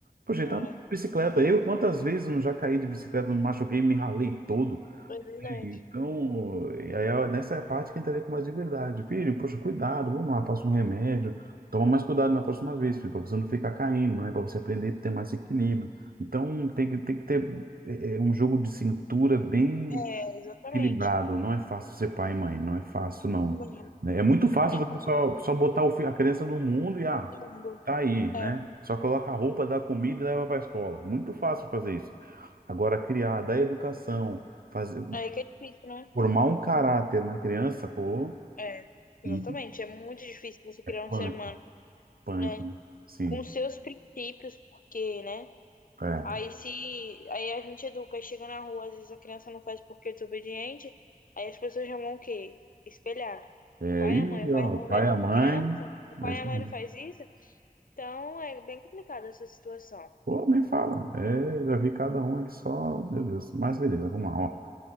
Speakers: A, on the right; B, on the left.
A: Poxa, ele
B: É.
A: tá de bicicleta.
B: Não,
A: Eu, quantas vezes eu não já caí de bicicleta, me machuquei, me ralei todo.
B: É verdade.
A: Então, aí é nessa parte que a gente tem mais liberdade. Filho, poxa, cuidado, vamos lá, passa um remédio. Toma mais cuidado na próxima vez, filho, para você não ficar caindo, né? Para você aprender a ter mais equilíbrio. Então, tem que, tem que ter é, é, um jogo de cintura bem
B: É, exatamente.
A: equilibrado. Não é fácil ser pai e mãe, não é fácil, não.
B: Não,
A: né? É muito fácil
B: não,
A: você só, só botar o fi- a criança no mundo e, ah,
B: não.
A: tá aí, né?
B: É.
A: Só coloca a roupa, dá comida e leva para a escola. Muito fácil fazer isso. Agora, criar, dar educação, fazer.
B: Aí que é difícil, né?
A: Formar um caráter na criança, pô,
B: É, exatamente.
A: e
B: É muito difícil você criar um
A: punk,
B: ser humano,
A: punk,
B: né?
A: sim.
B: Com seus princípios, porque, né?
A: É,
B: Aí se aí a gente educa, aí chega na rua, às vezes a criança não faz porque é desobediente, aí as pessoas chamam o quê? Espelhar.
A: é,
B: O pai
A: e
B: e a mãe, o pai
A: ó,
B: e a mãe
A: o pai,
B: não educa
A: a mãe,
B: a criança, o pai
A: é isso
B: e a mãe
A: mesmo.
B: não faz isso. Então é bem complicada essa situação.
A: Pô, nem fala. É, já vi cada um aqui só, meu Deus. Mas beleza, vamos lá, ó.